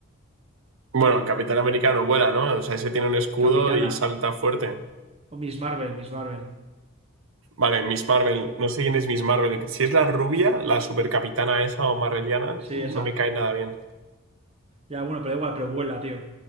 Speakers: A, on the right; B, on the right.
A: Bueno, el Capitán Americano vuela, ¿no? O sea, ese tiene un escudo
B: Capitana.
A: y salta fuerte.
B: O Miss Marvel, Miss Marvel.
A: Vale, Miss Marvel. No sé quién es Miss Marvel. Si es la rubia, la supercapitana esa o marveliana,
B: Sí,
A: no
B: esa.
A: me cae nada bien.
B: Ya, bueno, pero da igual, pero vuela, tío.